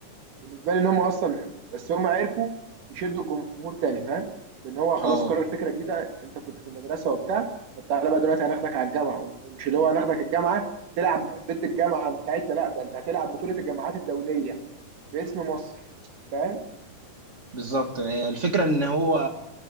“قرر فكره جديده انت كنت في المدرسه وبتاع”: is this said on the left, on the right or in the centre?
Right